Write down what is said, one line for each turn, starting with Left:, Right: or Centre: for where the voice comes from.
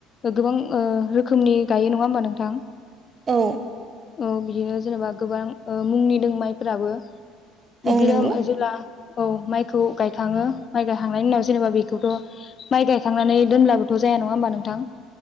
Left: गोबां ओ रोखोमनि गायो नङा होमबा नोंथां,
Right: औ
Left: औ बिदिनो जेनेबा गोबां ओ मुंनिदों माइफ्राबो बिबदिनो
Right: औ नंगौ
Left: जेब्ला औ माइखौ गायखाङो माइ गायखांनायनि उनाव जेनेबा बेखौथ' माइ गायखांनानै दोनब्लाबोथ' जाया नङा होमबा नोंथां,